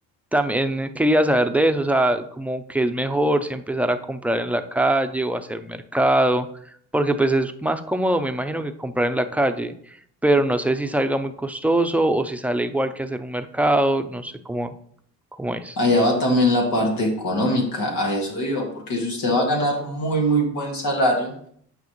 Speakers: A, in the centre; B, on the left.
A: también quería saber de eso, o sea, como que es mejor si empezar a comprar en la calle o hacer mercado, porque pues es más cómodo, me imagino, que comprar en la calle, pero no sé si salga muy costoso o si sale igual que hacer un mercado, no sé cómo, cómo es.
B: Allá va también la parte económica, a eso iba, porque si usted va a ganar muy, muy buen salario,